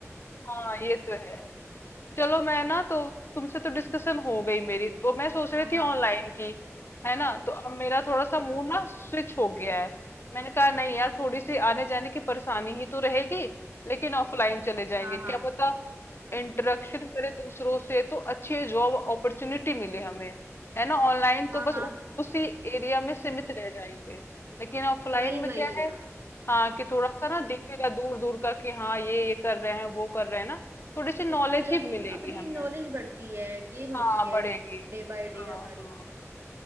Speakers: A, on the left; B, on the right.
A: हाँ ये तो है चलो मैं ना तो तुमसे तो डिस्कशन हो गई मेरी तो मैं सोच
B: हाँ
A: रही
B: हाँ
A: थी ऑनलाइन की है ना तो अब मेरा
B: अच्छा
A: थोड़ा सा मूड ना स्विच हो गया है मैंने कहा नहीं यार थोड़ी सी आने जाने की परेशानी ही तो रहेगी लेकिन ऑफलाइन चले जाएंगे
B: हाँ
A: क्या
B: हाँ
A: पता इंटरेक्शन करे दूसरों से तो अच्छी जॉब अपॉर्चुनिटी मिले हमें है ना ऑनलाइन
B: हाँ
A: तो बस
B: हाँ
A: उ, उसी एरिया में सीमित रह जाएंगे लेकिन ऑफलाइन
B: वही
A: में
B: वही
A: क्या है
B: यार
A: हाँ कि थोड़ा सा ना दिखेगा दूर दूर का कि हाँ ये ये कर रहे हैं वो कर रहे हैं ना थोड़ी सी नॉलेज
B: बिल्कुल
A: ही
B: अपनी
A: मिलेगी
B: अपनी
A: हमें
B: नॉलेज बढ़ती है गेन होती
A: हाँ
B: है
A: बढ़ेगी
B: डे बाय डे
A: हाँ
B: हमारी
A: हाँ।
B: हाँ